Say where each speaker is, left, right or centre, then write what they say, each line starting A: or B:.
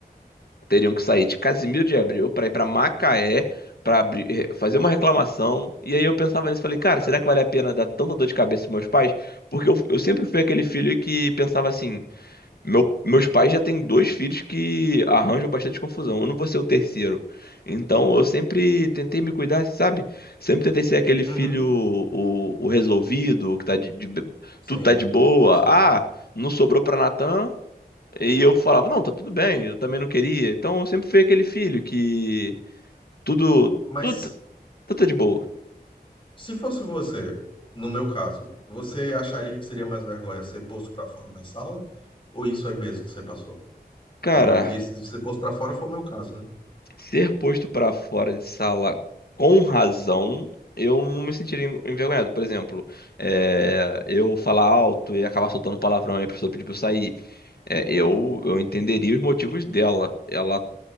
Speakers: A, on the left (about 70°); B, on the left (about 30°).
A: teriam que sair de Casimiro de Abreu para ir para Macaé para abrir fazer uma reclamação. E aí eu pensava nisso e falei, cara,
B: é.
A: será que vale a pena dar tanta dor de cabeça aos meus pais? Porque eu, eu sempre fui aquele filho que pensava assim: meu, meus pais já têm dois filhos que arranjam bastante confusão, eu não vou ser o terceiro. Então eu sempre tentei me cuidar, sabe? Sempre tentei ser aquele filho
B: Uhum.
A: o, o resolvido, que tá de, de-
B: Sim,
A: tudo tá de boa.
B: sim.
A: Ah, não sobrou pra Natan, e eu falava, não, tá tudo bem, eu também não queria. Então eu sempre fui aquele filho que tudo,
B: Mas
A: tudo, tá- tudo tá de boa.
B: se fosse você, no meu caso, você acharia que seria mais vergonha ser posto pra fora da sala? Ou isso aí mesmo que você passou?
A: Cara,
B: Que esse de ser posto pra fora foi o meu caso,
A: ser posto pra fora de sala com razão, eu não me sentiria en- envergonhado. Por exemplo, é, eu falar alto e acabar soltando palavrão e a pessoa pedir pra eu sair. É, eu, eu entenderia os motivos dela. Ela